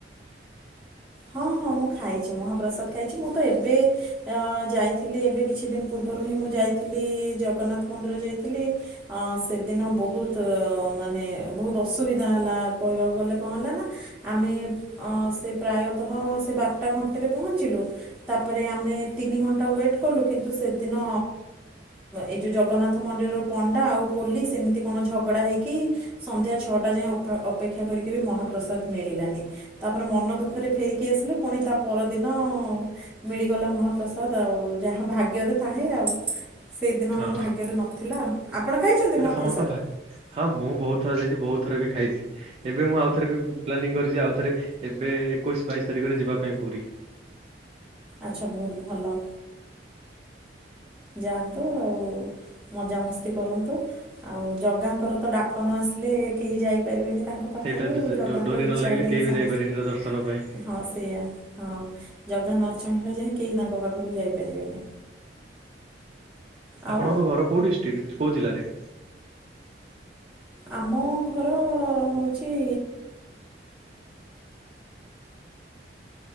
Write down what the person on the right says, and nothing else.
ହଁ
ସେଇଟା
ସମସ୍ତଙ୍କ ହଁ ମୁଁ ବହୁତ ଥର ଯାଇଛି ବହୁତ ଥର ବି ଖାଇଛି, ଏବେ ମୁଁ ଆଉ ଥରେ ବି ପ୍ଲାନିଂ କରିଛି ଆଉ ଥରେ ଏବେ ଏକୋଇଶି ବାଇଶି ତାରିଖରେ ଯିବା ପାଇଁ ପୁରୀ।
ସେଇଟା
ଡୋରି
ନ ଲାଗିଲେ
କେହି
ବି ଯାଇପାରିବେନି ତା ଦର୍ଶନ ପାଇଁ।
ଆପଣଙ୍କ ଘର କୋଉ ଡିଷ୍ଟ୍ରିକ୍ଟ କୋଉ ଜିଲ୍ଲାରେ?